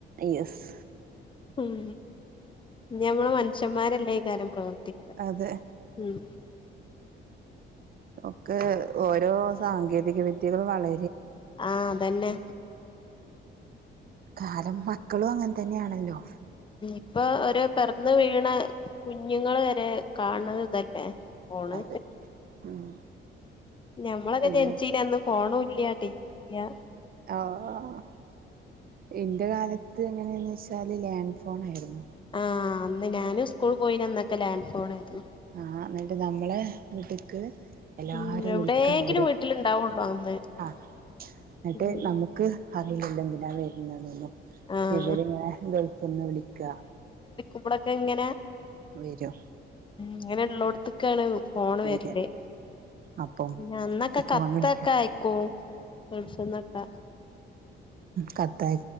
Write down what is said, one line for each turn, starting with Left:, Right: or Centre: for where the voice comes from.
Right: യെസ്
Left: ഉം നമ്മള് മനുഷ്യന്മാരല്ല ഈ കാര്യം പ്രവർ ത്തിക്ക
Right: അതെ
Left: ഉം
Right: ഒക്കെ ഓരോ സാങ്കേതിക വിദ്യകളും വള
Left: ആ അതന്നെ
Right: കാലം മക്കളും അങ്ങനെ തന്നെയാണല്ലോ
Left: ഇപ്പ ഒരു പിറന്ന വീണ കുഞ്ഞുങ്ങള് വരെ കാണണത് ഇതല്ലേ ഫോണ്
Right: അതെ ഉം
Left: ഞമ്മളൊക്കെ
Right: പിന്നെ
Left: ജനിച്ചീനന്ന് ഫോണു ഇല്ല്യ ടി വി ഇല്ല്യ
Right: ആഹ് ഇൻ്റെ കാലത്ത് എങ്ങനെയാന്ന് വെച്ചാൽ ലാൻഡ് ഫോണായിരുന്നു
Left: ആഹ് അന്ന് ഞാനും സ്കൂൾ പോയിന്നന്നൊക്കെ ലാൻഡ് ഫോൺ ആരുന്നു
Right: ആഹ് എന്നിട്ട് നമ്മളെ വീട്ട്ക്ക് എല്ലാരും
Left: ഉം എവിടേങ്കിലും
Right: വിളിക്കാൻ വരും
Left: വീട്ടിലുണ്ടാവുള്ളു അന്ന്.
Right: ആഹ് എന്നിട്ട്
Left: ഉം
Right: നമുക്ക് അറിയില്ലല്ലോ എന്തിനാ വരുന്നൊന്നും
Left: ആഹ്
Right: ഇവര്ങ്ങനെ ഗൾഫ്ന്ന് വിളിക്ക
Left: ഇവിടൊക്കെ ഇങ്ങന
Right: വരും
Left: ഇങ്ങനെ ഇള്ളോടത്തക്കാണ് ഫോണ്
Right: വര
Left: വരല്
Right: അപ്പം
Left: ന്നന്നൊക്കെ
Right: ഫോൺ
Left: കത്തൊക്കെ
Right: വിളിക്ക
Left: അയക്കും <unintelligible> വിശന്നോ ക്കെ
Right: കത്ത